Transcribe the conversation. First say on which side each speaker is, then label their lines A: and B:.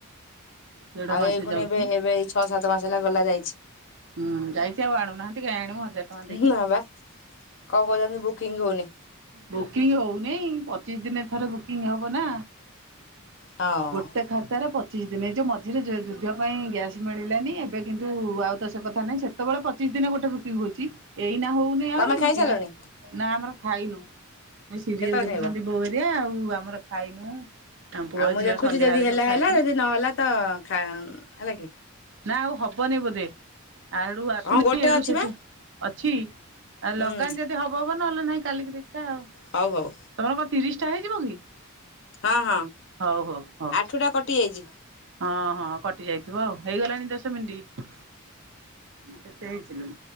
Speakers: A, on the right; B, on the left.
A: ଦେଢ
B: ଆଉ
A: ମାସ
B: ଏଇ ଖୁଣି
A: ଯାଉଛି
B: ଏବେ ଏବେ ଏଇ ଛଅ ସାତ ମାସ ହେଲା ଗଲା ଯାଇଛି।
A: ହୁଁ ଯାଇଛି ଆଉ ଆଣୁନାହାନ୍ତି କା ଆଣିବ ହଜାର ଟଙ୍କା ଦେଇକି।
B: ନା ବା କଣ କହୁଛନ୍ତି ବୁକିଂ ହଉନି
A: ବୁକିଂ ହଉ। ନେଇ ପଚିଶ ଦିନ ଥର ବୁକିଂ ହବ ନା
B: ହଁ
A: ଗୋଟେ ଖାତାରେ ପଚିଶ ପଚିଶ ଦିନ ଏ ଯେଉଁ ମଝିରେ ଯୁଦ୍ଧ ପାଇଁ ଗ୍ୟାସ୍ ମିଳିଲାନି ଏବେ କିନ୍ତୁ ଆଉ ତ ସେ କଥା ନାହିଁ ସେତେବେଳେ ପଚିଶ ଦିନ ଗୋଟେ ରି ହଉଛି ଏଇ ନା ହଉ ନି ଆହୁରି
B: ତମେ ଖାଇସାରିଲଣି
A: ନା ଆମର ଖାଇନୁ ସିରିଏଲ
B: କେତେବେଳେ
A: ଦେଖୁଛନ୍ତି
B: ଖାଇବ
A: ବୋଉ ହେରିଆ ଆଉ ତୁ ଆମର ଖାଇନୁ। ପୁଅ
B: ଆଉ ମୁଁ
A: ଝିଅ
B: ଦେଖୁଛି
A: ସନ୍ଧ୍ୟାବେଳେ
B: ଯଦି ହେଲା
A: ସବୁ
B: ହେଲା
A: ଖାଇଥିଲେ
B: ଯଦି ନହେଲା ତ ହେଲା କି।
A: ନା ଆଉ ହବନି ବୋଧେ। ଆଡୁ ଆସୁନି
B: ହଁ ଗୋଟେ
A: ଏଡୁ
B: ଅଛି
A: ସେଠ
B: ବା
A: ଅଛି ଆ
B: ହୁଁ
A: ଲଗାନି ଯଦି ହବ ହବ ନହେଲେ ନାଇଁ କାଲିକି ଦେଖିବା ଆଉ
B: ହଉ ହଉ
A: ତମର କଣ ତିରିଶ ଟା ହେଇଯିବ କି?
B: ହଁ ହଁ
A: ହଉ ହଉ ହଉ
B: ଆଠୁ ଟା କଟି ଯାଇଛି।
A: ହଁ ହଁ କଟି ଯାଇଥିବ ଆଉ ହେଇଗଲାଣି ଦଶ ମିନିଟ୍। ମ କେତେ ହେଇଛିି ଲୋ?